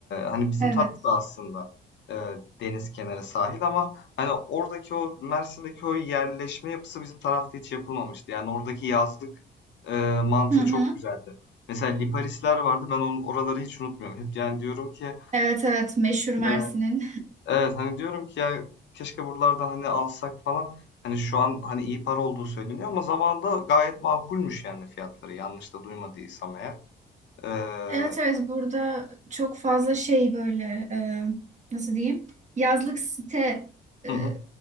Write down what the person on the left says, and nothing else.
hani bizim
taraf da aslında e, deniz kenarı sahil ama hani oradaki o Mersin'deki o yerleşme yapısı bizim tarafta hiç yapılmamıştı. Yani oradaki yazlık e, mantığı
çok güzeldi. Mesela Liparisler vardı. Ben onun oraları hiç unutmuyorum. Hep yani diyorum ki
Evet, evet, hani diyorum ki ya keşke buralarda hani alsak falan. Hani şu an hani iyi para olduğu söyleniyor ama zamanında gayet makulmüş yani fiyatları. Yanlış da duymadıysam eğer. Ee,
hı hı.